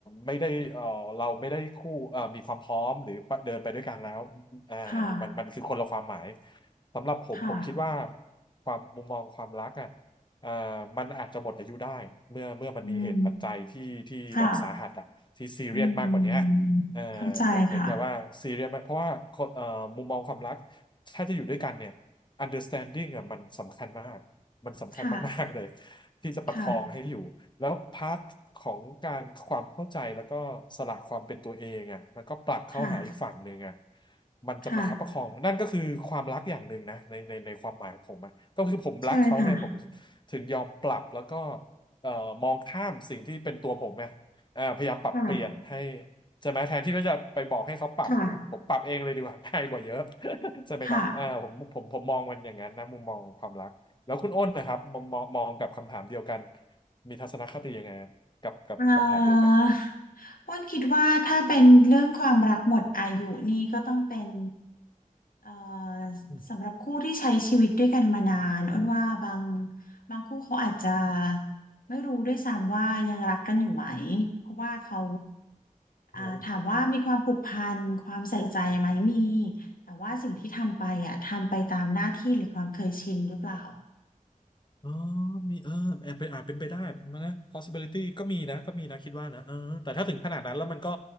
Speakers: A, on the left; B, on the left.
A: ไม่ได้เอ่อเราไม่ได้คู่เอ่อมีความพร้อมหรือเดินไปด้วยกันแล้วอ่ามันมันคือคนละความหมาย
B: ค่ะ
A: สำหรับผมผมคิดว่า
B: ค่ะ
A: ความมุมมองความรักอ่ะเอ่อมันอาจจะหมดอายุได้เมื่อเมื่อมันมีเหตุปัจจัยที่ที่แบบสาหัสอ่ะที่ซีเรียสมากกว่าเนี้ย
B: อืมค่ะอืมเข้าใจค่ะ
A: เอ่อเหมือนเหมือนกับว่าซีเรียสมากเพราะว่าคนเอ่อมุมมองความรักถ้าจะอยู่ด้วยกันเนี่ย understanding อ่ะมันสำคัญมากมันสำคัญมากๆเลย
B: ค่ะ
A: ที่จะประคองให้อยู่
B: ค่ะ
A: แล้วพาร์ทของการความเข้าใจแล้วก็สละความเป็นตัวเองอ่ะแล้วก็ปรับเข้าหาอีกฝั่งหนึ่งอ่ะ
B: ค่ะ
A: มันจะประคับประคองนั่นก็คือความรักอย่างหนึ่งนะในในในความหมายของผมอะก็คือผมรักเขาไงผม
B: ค่ะใช่ค่ะ
A: ถึงยอมปรับแล้วก็เอ่อมองข้ามสิ่งที่เป็นตัวผมไงเอ่อพยายามปรับเปลี่ยนให้
B: ค่ะ
A: ใช่ไหมแทนที่ว่าจะไปบอกให้เขาปรับผมปรับเองเลยดีกว่า
B: ค่ะ
A: <laughs> ง่ายกว่าเยอะ <laughs> ใช่ไหมครับอ่าผมผมผมมองมันอย่างนั้นนะมุมมองความรักแล้วคุณอ้นนะครับมองมองมองกับคำถามเดียวกัน
B: ค่ะ
A: มีทัศนคติยังไงอะกับกับคำถามเดียวกัน
B: เอ่ออ้นคิดว่าถ้าเป็นเรื่องความรักหมดอายุนี่ก็ต้องเป็นเอ่อ
A: อืม
B: สำหรับคู่ที่ใช้ชีวิตด้วยกันมานานอ้นว่าบางบางคู่เขาอาจจะไม่รู้ด้วยซ้ำว่ายังรักกันอยู่ไหมเพราะว่าเขา
A: โอ้โห
B: อ่าถามว่ามีความผูกพันความใส่ใจไหมมีแต่ว่าสิ่งที่ทำไปอ่ะทำไปตามหน้าที่หรือความเคยชินหรือเปล่า
A: อ๋อมีเออแอบเป็นอาจเป็นไปได้นะ possibility ก็มีนะก็มีนะคิดว่านะเออแต่ถ้าถึงขนาดนั้นแล้วมันก็